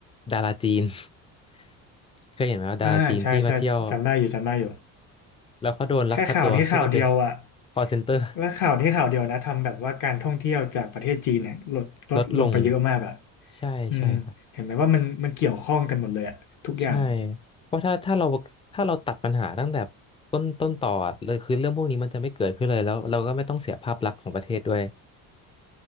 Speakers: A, on the left (about 15°); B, on the left (about 55°).
A: ดาราจีน <laughs> เคยเห็นไหมว่าดาราจีนที่มาเที่ยว
B: อ่าใช่ใช่จำได้อยู่จำได้อยู่
A: แล้วเขาโดนลักพาตัวเพื่อไปเป็น
B: แค่ข่าวนี้ข่าวเดียวอ่ะ
A: call center
B: แล้วข่าวนี้ข่าวเดียวนะทำแบบว่าการท่องเที่ยวจากประเทศจีนเนี่ยลดลดลงไปเยอะมากอ่ะ
A: ลดลงใช่ใช่ครับ
B: อืมเห็นไหมว่ามันมันเกี่ยวข้องกันหมดเลยอ่ะทุกอย่าง
A: ใช่เพราะถ้าถ้าเราถ้าเราตัดปัญหาตั้งแต่ต้นต้นต่อเลยคือเรื่องพวกนี้มันจะไม่เกิดขึ้นเลยแล้วเราก็ไม่ต้องเสียภาพลักษณ์ของประเทศด้วย